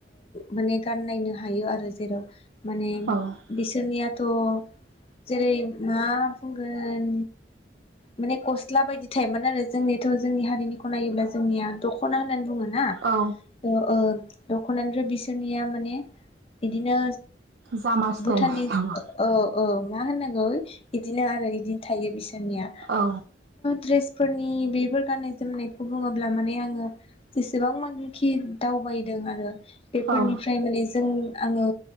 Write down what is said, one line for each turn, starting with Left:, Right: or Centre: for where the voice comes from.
Left: माने गाननायनो हायो आरो जेराव माने
Right: औ
Left: बिसोरनिया थ' जेरै मा बुंगोन माने गस्ला बायदि थायोमोन आरो जोंनिथ जोंनि हारिनिखौ नायोब्ला जोंनिया दखना होननानै बुङोना
Right: औ
Left: ओ दखना आरो बिसोरनिया माने बिदिनो
Right: जामा स्टाइल
Left: भुटाननि
Right: नामा
Left: औ औ मा होननांगौ बिदिनो आरो बिदिनो थायो बिसोर निया
Right: औ
Left: ड्रेसफोर आंनि बेफोर गाननाय जोमनायखौ बुङोब्ला माने आङो जेसेबां मानखि दावबायदों आरो बेफोरनिफ्राय
Right: औ
Left: माने जों आङो